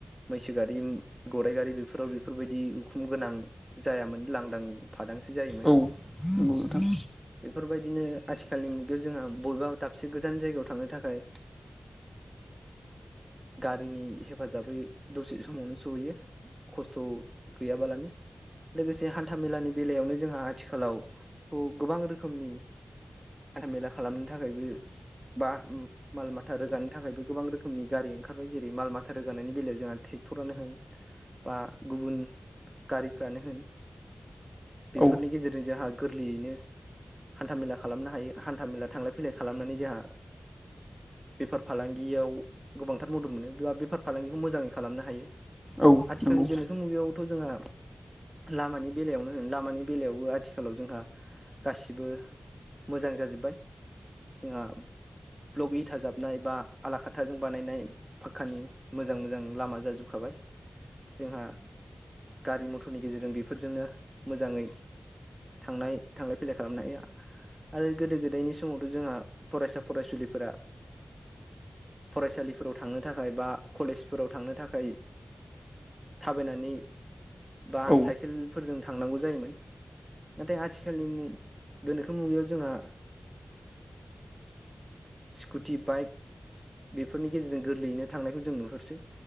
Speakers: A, on the right; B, in the centre.
A: मैसो गारि गराइगारि बेफोराव बेफोरबायदि उखुम गोनां जायामोन लांदां फादांसो जायोमोन।
B: औ नंगौ नोंथां
A: बेफोरबायदिनो आथिखालनि मुगायाव जोंहा बबेबा दाबसे गोजान जायगायाव थांनो थाखाय गारिनि हेफाजाबै दसे समावनो सहैयो खस्थ' गैयाबालानो। लोगोसे हान्था मेलानि बेलायावनो जोंहा आथिखालाव थ' गोबां रोखोमनि हान्था मेला खालामनो थाखायबो बा माल माथा रोगानो थाखायबो गोबां रोखोमनि गारि ओंखारबाय। जेरै माल माथा रोगानायनि बेलायाव जोंहा ट्रेक्टरानो होन बा गुबुन गारिफ्रानो होन बेफोरनि
B: औ
A: गेजेरजों जोंहा गोरलैयैनो हान्था मेला खालामनो हायो। हान्था मेला थांलाय फैलाय खालामनानै जोंहा बेफार फालांगियाव गोबांथार मदद मोनो। बेबा बेफार फालांगिखौ मोजाङै खालामनो हायो।
B: औ नंगौ नोंथां औ
A: आथिखालनि
B: नंगौ
A: गोनोखो मुगायावथ' जोंहा लामानि बेलायावनो होनो लामानि बेलायावबो आथिखालाव जोंहा गासिबो मोजां जाजोब्बाय। जोंहा ब्लग इथा जाबनाय बा आला खाथाजों बानायनाय फाख्कानि मोजां मोजां लामा जाजोबखाबाय। जोंहा गारि मटरनि गेजेरजों बेफोरजोंनो मोजाङै थांनाय थांलाय फैलाय खालामनाय हायो। आरो गोदो गोदायनि समावथ' जोंहा फरायसा फरायसुलिफोरा फरायसालिफोराव थांनो थाखाय बा कलेजफोराव थांनो थाखाय थाबायनानै बा
B: औ नंगौ नोंथां औ
A: साइकेलफोरजों थांनांगौ जायोमोन। नाथाय आथिखालनि मु गोनोखो मुगायाव जोंहा स्कुटि बाइक बेफोरनि गेजेरजों गोरलैयैनो थांनायखौ जों नुहुरसै।